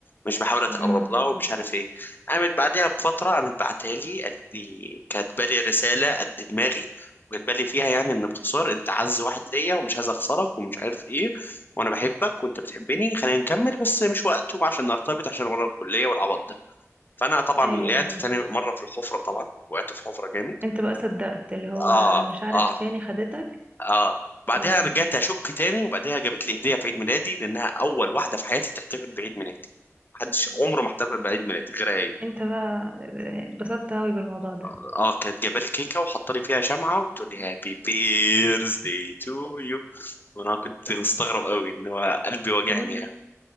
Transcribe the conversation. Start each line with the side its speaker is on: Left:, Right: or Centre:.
Left: مش بحاول اتقرب
Right: امم
Left: لها ومش عارف ايه قامت بعدها بفتره قامت بعتها لي قالت لي كاتبه لي رساله قد دماغي وكاتبه لي فيها يعني ان باختصار انت اعز واحد ليا ومش عايز اخسرك ومش عارف ايه وانا بحبك وانت بتحبني خلينا نكمل بس مش وقته عشان نرتبط عشان ورا الكليه والعبط ده فانا طبعا
Right: ايوه
Left: وقعت
Right: ايوه
Left: تاني مره في الحفره طبعا وقعت في حفره جامد
Right: انت بقى صدقت اللي هو
Left: اه
Right: مشاعرك
Left: اه
Right: تاني خدتك
Left: اه بعدها
Right: اه
Left: رجعت اشك تاني وبعدها جابت لي هديه في عيد ميلادي لانها اول واحده في حياتي تحتفل بعيد ميلادي محدش عمره ما احتفل بعيد ميلادي غير هي
Right: انت بقى اتبسطت اوي بالموضوع ده
Left: اه آه، كانت جايبه لي كيكه وحاطه لي فيها شمعه وبتقول لي هابي بيرثدي تو يو وانا كنت مستغرب قوي ان هو قلبي وجعني
Right: طب وانت
Left: يعني